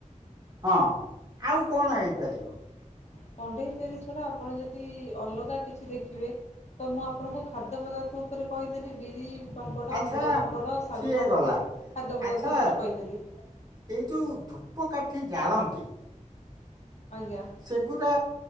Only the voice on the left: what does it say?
କଣ୍ଢେଇ ତିଆରି ଛଡ଼ା ଆପଣ ଯଦି ଅଲଗା କିଛି ଦେଖିବେ ତ ମୁଁ ଆପଣଙ୍କୁ ଖାଦ୍ୟ ପଦାର୍ଥ ଉପରେ କହିଦେଲି ବିରି ପାମ୍ପଡ,
ମୁଗ ପାମ୍ପଡ, ଶାଗ
ପାମ୍ପଡ
ଖାଦ୍ୟ ପଦାର୍ଥ
ଉପରେ କହିଦେଲି।
ଆଜ୍ଞା